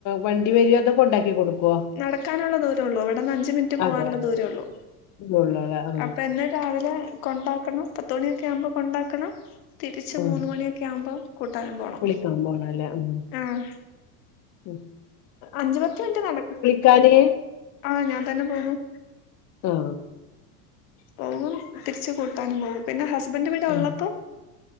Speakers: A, on the left; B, on the left.
A: വണ്ടി വരോ അതോ കൊണ്ടാക്കി കൊടുക്കുവോ
B: നടക്കാനുള്ള ദൂരള്ളൂ. ഇവിടെന്ന് അഞ്ച് പത്തു മിനുട്ട് പോവാനുള്ള
A: അതെ
B: ദൂരമെള്ളൂ
A: ഉള്ളൂല്ലേ ആ
B: അപ്പം എന്നെ രാവിലെ കൊണ്ടാ ആക്കണം പത്ത് മണിയൊക്കെ ആവുമ്പോ കൊണ്ടാക്കണം തിരിച്ച്
A: ഉം
B: മൂന്ന് മണിയൊക്കെ ആവുമ്പോ കൂട്ടാനും പോണം.
A: വിളിക്കാൻ പോണല്ലേ ഉം
B: ആഹ്
A: ഉം
B: അഞ്ചു പത്ത് മിനിറ്റ് നട
A: കളി
B: ആഹ് ഞാൻ തന്നെ പോകും
A: ആഹ്
B: പോവും. തിരിച്ച് കൂട്ടാനും പോകും. പിന്നെ ഹസ്ബൻഡ് വീടെ
A: ഉം
B: ഉള്ളപ്പോ